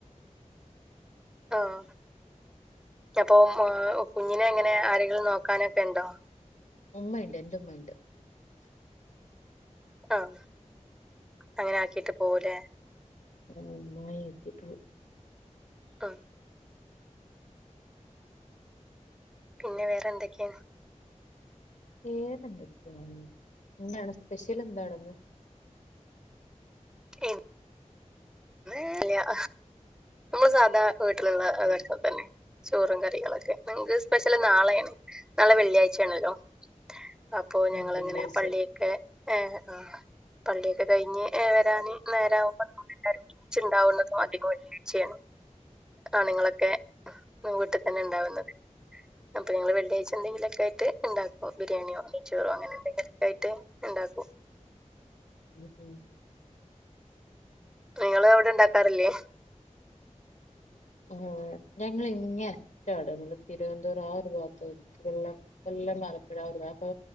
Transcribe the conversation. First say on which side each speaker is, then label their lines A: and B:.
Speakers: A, in the centre; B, on the left.
A: ആഹ് അപ്പൊ കുഞ്ഞിനെ എങ്ങനെ ആരെങ്കിലും നോക്കാനൊക്കെ ഉണ്ടോ
B: ഉമ്മ ഉണ്ട് എന്റെ ഉമ്മ ഉുണ്ട്
A: ആഹ് അങ്ങനെ ആക്കിട്ട് പോലെ
B: ആഹ് ഒന്നായി എത്തീട്ടൊള്ളു.
A: ഉം പിന്നെ വേറെ എന്തൊക്കെയാ.
B: വേറെ എന്തൊക്കെയാ എന്താണ് സ്പെഷ്യല് എന്താണ്ന്ന്.
A: ഉം. ല്ല്യാഹ് നമ്മള് സാധാ വീട്ടില്ള്ള അതൊക്കെ
B: ഉം
A: തന്നെ. ചോറും കറികളൊക്കെ നങ്ങക്ക് സ്പെഷ്യല് നാളേണ് നാളെ വെള്ളിയാഴ്ചാണല്ലോ. അപ്പൊ
B: ആ
A: ഞങ്ങളങ്ങനെ
B: വെള്ളിയാഴ്ച
A: പള്ളിയൊക്കെ ഏഹ് ആഹ്. പള്ളിയൊക്കെ കഴിഞ്ഞ് ഏഹ് വരാന് നേരകുമ്പോ നമ്മളെല്ലാരും ഒരുമിച്ചുണ്ടാവുന്നതും അധികൊല്ലേ. ആണ് നിങ്ങളൊക്കെ വീട്ടിൽ തന്നെ ഉണ്ടാവുന്നത് അപ്പൊ നിങ്ങള് വെള്ളിയാഴ്ച എന്തെിലൊക്കെയിട്ട് ഉണ്ടാക്കോ ബിരിയാണിയോ മച്ചൂറോ അങ്ങനെ എന്തെങ്കിലൊക്കെയിട്ട് ഉണ്ടാക്കും
B: ഉം ഉം.
A: നിങ്ങള് അവിടെ ണ്ടാക്കാറില്ലേ.
B: ആഹ് ഞങ്ങളിങ്ങെ അറ്റാടാങ്ങള് തിരുവനന്തപുരം ആഹ് ഒരു ഭാത്താ വെക്കതെല്ലാം. കൊല്ലം മലപ്പുഴ ആഹ് ഒരു വാത്തോ.